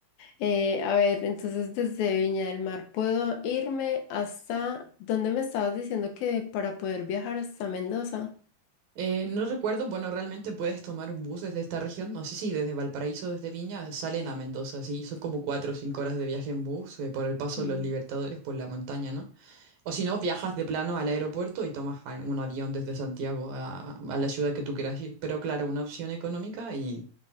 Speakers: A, on the left; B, on the right.
A: Eh, a ver, entonces desde Viña del Mar puedo irme hasta... ¿Dónde me estabas diciendo que para poder viajar hasta Mendoza?
B: Eh, no recuerdo, bueno, realmente puedes tomar un bus desde esta región, no sé si desde Valparaíso, desde Viña, salen a Mendoza, sí, son como cuatro o cinco horas de viaje en bus, eh, por el paso
A: Mm,
B: de los Libertadores, por la montaña, ¿no? O si no, viajas de plano al aeropuerto y tomas a- un avión desde Santiago a, a la ciudad que tú quieras ir. Pero claro, una opción económica y